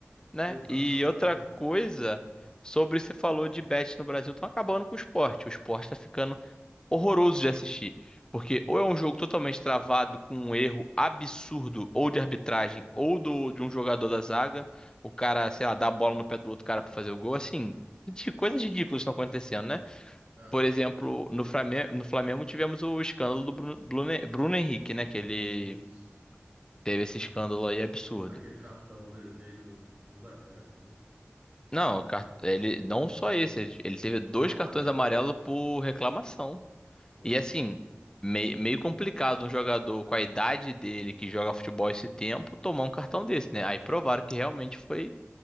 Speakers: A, on the left (about 15°); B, on the right (about 35°).
A: né?
B: Exatamente,
A: E outra
B: é.
A: coisa, sobre se falou de bet no Brasil, estão acabando com o esporte. O esporte tá ficando horroroso de assistir. Porque ou é um jogo totalmente travado com um erro absurdo, ou de arbitragem, ou do, de um jogador da zaga, o cara, sei lá, dá a bola no pé do outro cara pra fazer o gol, assim, de coisas ridículas estão acontecendo, né?
B: É,
A: Por exemplo, no Flamengo, no Flamengo tivemos o escândalo do Bruno, Bruno, Bruno Henrique, né? Que ele
B: isso.
A: teve esse escândalo aí absurdo.
B: Aquele cartão vermelho nos acréscimos, né?
A: Não, o cart- ele não só esse,
B: Ele,
A: ele
B: ele
A: teve
B: tomou
A: dois
B: amarela,
A: cartões amarelos
B: né?
A: por reclamação.
B: Foi.
A: E assim, mei- meio complicado um jogador com a idade dele que joga futebol esse tempo tomar um cartão desse, né? Aí provaram que realmente foi